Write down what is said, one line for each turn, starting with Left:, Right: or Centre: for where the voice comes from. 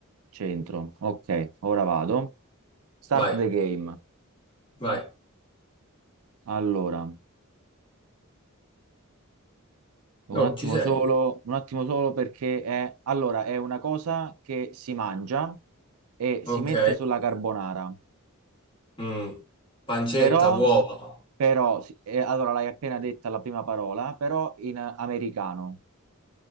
Right: centro. Ok, ora vado. Start
Left: Vai,
Right: the game.
Left: vai.
Right: Allora, un
Left: Oh,
Right: attimo
Left: ci sei.
Right: solo, un attimo solo perché è... Allora, è una cosa che si mangia e
Left: Ok.
Right: si mette sulla carbonara.
Left: Mm. Pancetta,
Right: Però,
Left: uova.
Right: però, sì, eh, allora l'hai appena detta la prima parola, però in eh, americano.